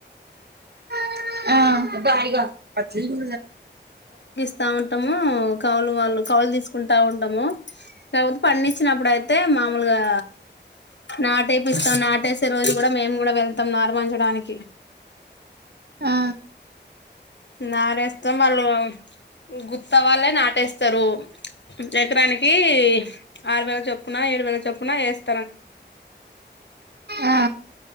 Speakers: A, on the right; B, on the left.
A: ఆ
B: స్తా ఉంటాము కౌలు వాళ్ళు కౌలు తీసుకుంటా ఉంటాము
A: ఆ
B: కాకపోతే పంచ్చినప్పుడు అయితే మామూలుగా నాటేపిస్తాం నాట వేసే రోజుకి కూడా మేము కూడా వెళ్తాం నారు పచ్చడానికి
A: ఆ
B: నారేస్తాం వాళ్ళు గుర్త అవ్వాలి ట్టేస్తారు ఎకరానికి ఆరు వేల చొప్పున ఏడు వేల చొప్పున వేస్త
A: ఆ